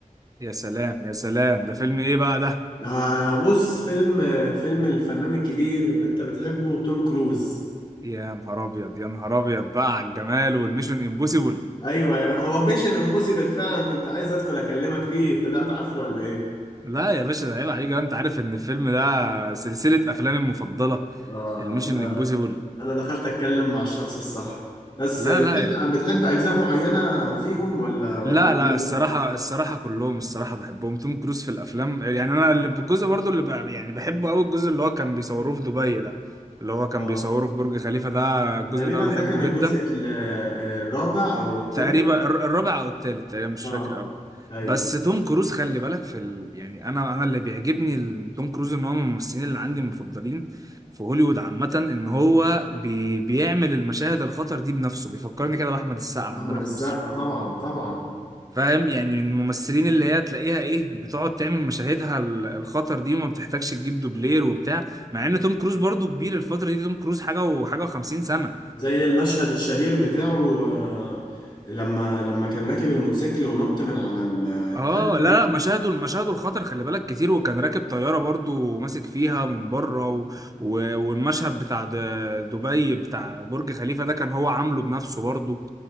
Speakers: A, on the right; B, on the left.
A: يا سلام يا سلام ده فيلم ايه بقى ده
B: آه، بص فيلم آه، فيلم الفنان الكبير اللي انت بتحبه توم كروز.
A: يا نهار ابيض يا نهار ابيض بقى على الجمال والميشن امبوسيبل
B: ايوه يا- هو بيشن امبوسيبل فعلا كنت عايز ادخل اكلمك فيه طلعت عارفه ولا ايه؟
A: لا يا باشا ده عيب عليك بقى، انت عارف ان الفيلم ده سلسلة افلامي المفضلة
B: اه
A: الميشن
B: انا
A: امبوسيبل
B: انا دخلت اتكلم مع الشخص الصح. بس
A: لا
B: آه،
A: لا
B: بتحب بتحب اجزاء معينة فيهم ولا ولا
A: لا
B: كلهم؟
A: لا الصراحة الصراحة كلهم الصراحة بحبهم توم كروز في الافلام يعني انا اللي بالجزء برضو اللي ب... يعني بحبه قوي الجزء اللي هو كان بيصوروه في دبي ده اللي هو كان
B: اه
A: بيصوره في برج خليفة ده الجزء
B: تقريبا
A: ده بحبه
B: ده كان الجزء
A: جدا
B: ال- آه، الرابع او الثالث.
A: تقريبا الر- الرابع او التالت تقريبا مش
B: اه
A: فاكر قوي
B: ايوه
A: بس توم كروز خلي بالك في ال... يعني انا انا اللي بيعجبني ال- توم كروز ان هو من الممثلين اللي عندي المفضلين في هوليوود عامة ان هو بي... بيعمل المشاهد الخطر دي بنفسه بيفكرني كده بأحمد السقا عندنا
B: احمد السقا
A: في مصر
B: طبعا طبعا
A: فاهم يعني من الممثلين اللي هي تلاقيها ايه بتقعد تعمل مشاهدها ال- الخطر دي وما بتحتاجش تجيب دوبلير وبتاع مع ان توم كروز برضو كبير الفترة دي توم كروز حاجة وحاجة و50 سنة
B: زي المشهد الشهير بتاعه آه، لما لما كان راكب الموتوسيكل ونط من على ال- التلج
A: اه لا
B: دي
A: لا مشاهده مشاهده الخطر خلي بالك كتير وكان راكب طياره برضو وماسك فيها من بره و... و... والمشهد بتاع د- دبي بتاع برج خليفه ده كان هو عامله بنفسه برضو